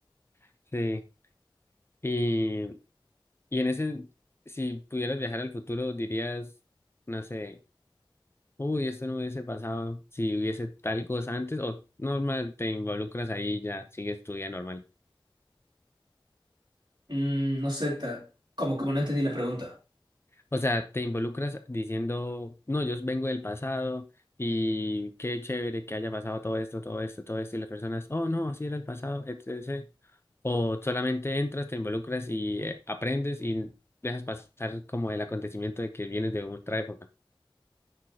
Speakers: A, on the left; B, on the right.
A: <laughs> sí. y Y en ese, si pudieras viajar al futuro, dirías, no sé, uy, esto no hubiese pasado si hubiese tal cosa antes, o normal, te involucras ahí y ya, sigues tu vida normal.
B: Mm, no sé, tra- como, como no entendí la pregunta.
A: O sea, te involucras diciendo, no, yo vengo del pasado y qué chévere que haya pasado todo esto, todo esto, todo esto, y las personas, oh, no, así era el pasado, etcétera O solamente entras, te involucras y eh, aprendes y dejas pasar como el acontecimiento de que vienes de otra época.